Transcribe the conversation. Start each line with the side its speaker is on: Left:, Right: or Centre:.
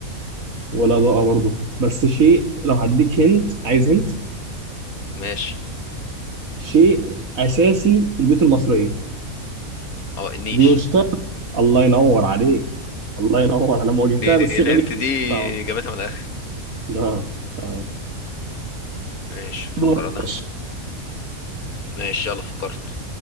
Right: ولا ضاءة برضه بس شيء لو هديك هنت عايز هنت
Left: ماشي
Right: شيء أساسي في البيوت المصرية
Left: اه النيش
Right: بيشترط الله ينور عليك الله ينور انا ما واجهتها
Left: دي, دي
Right: بالصيغه
Left: الهنت
Right: دي
Left: دي
Right: صعب
Left: جابتها من الاخر
Right: اه تمام
Left: ماشي فكر
Right: دور يا
Left: انا
Right: باشا.
Left: ماشي يلا فكرت